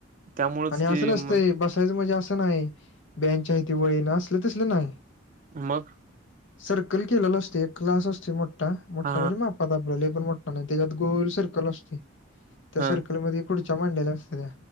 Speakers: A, on the right (about 40°); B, on the left (about 70°).
A: त्यामुळेच
B: आणि असं
A: ते
B: नसतय
A: म
B: बसायचं म्हणजे असं नाही बाईंच्या इथं वळीन असलं तसलं नाय.
A: मग?
B: सर्कल केलेलं असतोय एक क्लास असतोय मोठा- मोठा
A: हा
B: म्हणजे मापात आपल्या पण मोठा नाय त्याच्यात गोल सर्कल असतोय त्या
A: हा
B: सर्कलमध्ये इकुदच्या मांडल्या असत्या.